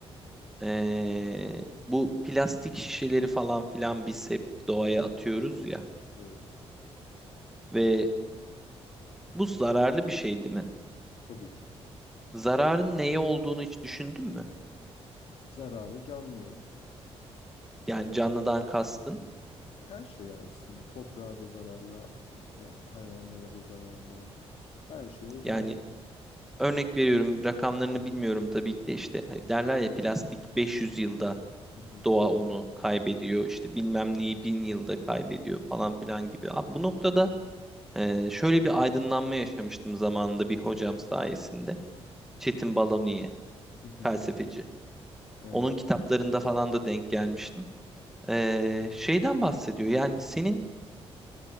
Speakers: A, in the centre; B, on the left (about 65°).
A: Ee, bu plastik şişeleri falan filan biz hep doğaya atıyoruz ya
B: Evet
A: ve bu zararlı bir şey değil mi?
B: tabii ki.
A: Zararın neye olduğunu hiç düşündün mü?
B: Zararı canlıya.
A: Yani canlıdan kastın.
B: Her şeye aslında. Toprağa da zararlı, işte hayvanlara da zararlı. Her şeye zararlı.
A: Yani örnek veriyorum rakamlarını bilmiyorum tabii ki de işte hani derler ya plastik 500 yılda
B: Hı hı.
A: doğa onu kaybediyor işte bilmem neyi 1000 yılda kaybediyor falan filan gibi. Abi bu noktada e, şöyle bir aydınlanma yaşamıştım zamanında bir hocam sayesinde. Çetin Baloniye
B: Hı hı.
A: felsefeci.
B: Evet.
A: Onun kitaplarında falan da denk gelmiştim. E, şeyden bahsediyor yani senin